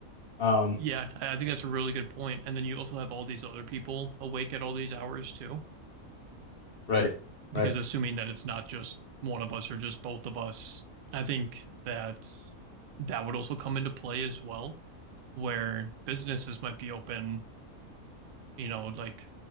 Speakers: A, on the left (about 65°); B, on the right (about 80°).
A: Um,
B: Yeah. I I think that's a really good point. And then you also have all these other people awake at all these hours too.
A: right,
B: because
A: right,
B: assuming that it's not just one of us or just both of us, I think that that would also come into play as well, where businesses might be open, you know, like